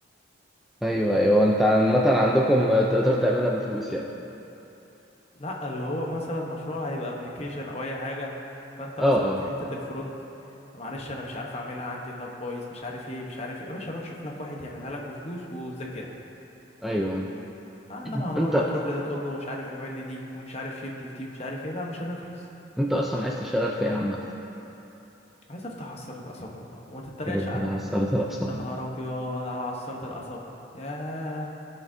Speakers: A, in the centre; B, on the left.
A: ايوه ايوه انت عامة عندكم تقدر تعملها بفلوس يعني
B: لا اللي هو مثلا مشروع هيبقى ابلكيشن او اي حاجه فانت
A: اه
B: مثلا
A: اه
B: في حته الفرونت معلش انا مش عارف اعملها عندي اللاب بايظ مش عارف ايه مش عارف ايه يا باشا روح شوف لك واحد يعملها لك بفلوس وذاكرها
A: ايوه
B: آه، انما
A: <clears throat>
B: هنروح
A: انت
B: هتروح لده تقول له مش عارف اعمل لي دي ومش عارف شيل دي في دي ومش عارف ايه لا مش هنخلص
A: انت اصلا عايز تشتغل في ايه عامة
B: عايز افتح عصاره قصب والله وما تتريقش
A: ربنا
B: عليا
A: عسلت الأقصى
B: يا نهار ابيض على عصاره القصب ياه